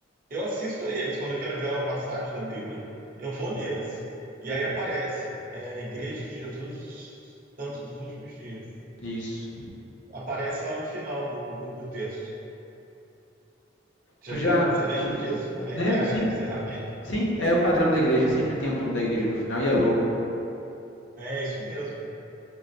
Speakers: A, on the right (about 45°); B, on the left (about 70°).
A: Eu assisto eles. Quando eu quero ver uma passagem da Bíblia, eu vou neles. E aí aparece é, Igreja de Jesus dos Santos dos Últimos Dias.
B: Isso.
A: Aparece lá no final do, do texto. Já,
B: Tu já
A: já, você lembra
B: de-
A: disso? Como é
B: lembra?
A: que é
B: Sim.
A: o encerramento?
B: Sim, é o padrão da igreja, sempre tem o nome da igreja no final e é logo.
A: É isso mesmo.